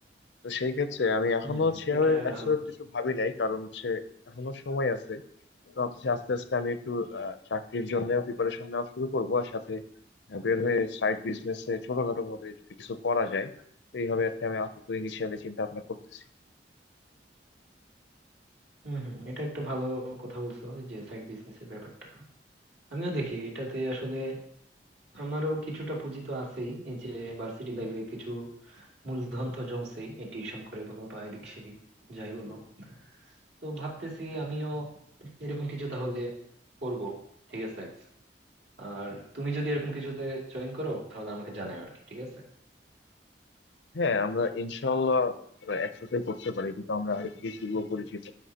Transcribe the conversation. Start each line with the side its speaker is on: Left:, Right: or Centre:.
Left: তো সেই ক্ষেত্রে আমি এখনো
Right: হুম হুম
Left: সেভাবে
Right: এটা
Left: অ্যাবসলিউট
Right: ভালো বলছো।
Left: কিছু ভাবি নাই কারণ হচ্ছে এখনো সময় আছে তো হচ্ছে আস্তে আস্তে আমি একটু আহ, চাকরির জন্য প্রিপারেশন নেওয়া শুরু করবো আর সাথে আহ, বের হয়ে সাইড বিজনেসে ছোটখাটো ভাবে যদি কিছু করা যায় তো এইভাবে আর কি আমি আপাতত ইনিশিয়ালি চিন্তা ভাবনা করতেছি
Right: হুম হুম এটা একটা ভালো কথা বলছো এই যে সাইড বিজনেস এর ব্যাপারটা আমিও দেখি এটাতে আসলে আমারও কিছুটা পুঁজি তো আছেই এই যে ভার্সিটি লাইফে কিছু মূলধন তো জমছেই এই টিউশন করে বলো বা এদিক সেদিক যাই বলো তো ভাবতেছি আমিও এরকম কিছু তাহলে করব ঠিক আছে আর তুমি যদি এরকম কিছুতে জয়েন করো তাহলে আমাকে জানাও আর কি ঠিক আছে
Left: হ্যাঁ আমরা ইনশাল্লাহ একসাথে করতে পারি কিন্তু আমরা আগে থেকে পূর্ব পরিচিত